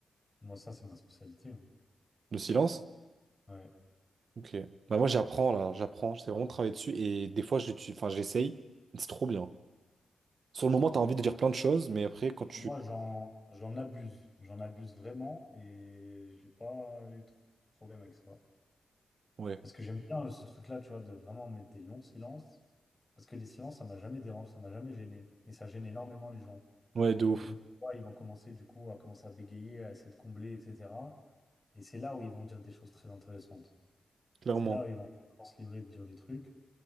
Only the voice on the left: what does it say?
Moi, ça, c'est ma spécialité. hein.
Ouais.
Moi, j'en j'en abuse. J'en abuse vraiment et j'ai pas eu trop de problème avec ça.
Parce que j'aime bien ce truc-là, tu vois, de vraiment mettre des longs silences. Parce que les silences, ça m'a jamais dérangé, ça m'a jamais gêné. Et ça gêne énormément les gens.
Et donc, tu vois, ils vont commencer du coup à commencer à bégayer, à essayer de combler, etc. Et c'est là où ils vont dire des choses très intéressantes.
C'est là où ils vont vraiment se livrer de dire des trucs.